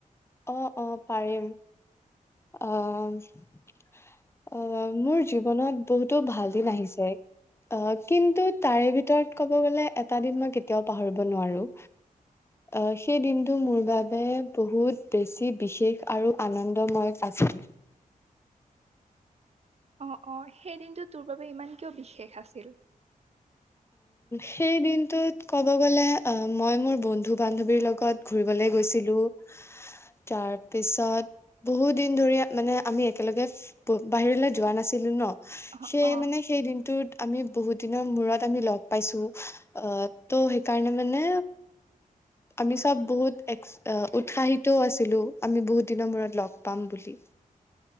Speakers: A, on the left; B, on the right.
A: অ অ পাৰিম আহ অ মোৰ জীৱনত বহুতো ভাল দিন আহিছে অ কিন্তু তাৰে ভিতৰত ক'ব গ'লে এটা দিন মই কেতিয়াও পাহৰিব নোৱাৰো অ সেই দিনটো মোৰ বাবে বহুত বেছি বিশেষ আৰু আনন্দময় আছিল
B: অ অ সেই দিনটো তোৰ বাবে ইমান কিয় বিশেষ আছিল
A: সেই দিনটোত ক'ব গ'লে মই মোৰ বন্ধু বান্ধৱীৰ লগত ঘুৰিবলে গৈছিলোঁ তাৰ পিছত বহুত দিন ধৰি মানে আমি একেলগে বাহিৰলৈ যোৱা নাছিলো ন?
B: অ
A: সেইয়ে
B: অ
A: মানে সেই দিনটোত আমি বহুত দিনৰ মূৰত আমি লগ পাইছো, আহ ত' সেইকাৰণে মানে আমি চব বহুত এক আহ উৎসাহিতও আছিলো আমি বহুত দিনৰ মূৰত লগ পাম বুলি।